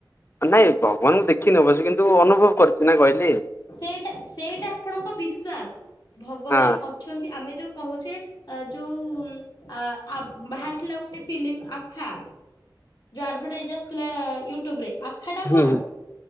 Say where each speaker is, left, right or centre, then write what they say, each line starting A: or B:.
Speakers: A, on the left; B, on the left.
A: ନାଇଁ ଭଗବାନଙ୍କୁ ଦେଖିନ ବ ସେ କିନ୍ତୁ ଅନୁଭବ କରୁଛି ନା କହିଲି।
B: ସେଇଟା ସେଇଟା ଆପଣଙ୍କ ବିଶ୍ଵାସ ଭଗବାନ
A: ହଁ
B: ଅଛନ୍ତି ଆମେ ଯୋଉ କହୁଛେ ଯୋଉ ଆ ବାହାରିଥିଲା ଗୋଟେ ଫିଲ୍ମ ଆଫା ଯୋଉ ଆଡଭାଟାଇଜ ଆସିଥିଲା ୟୁ ଟୁ ଟୁବରେ ଆ ସେଟା
A: ହୁଁ
B: କଣ?
A: ହୁଁ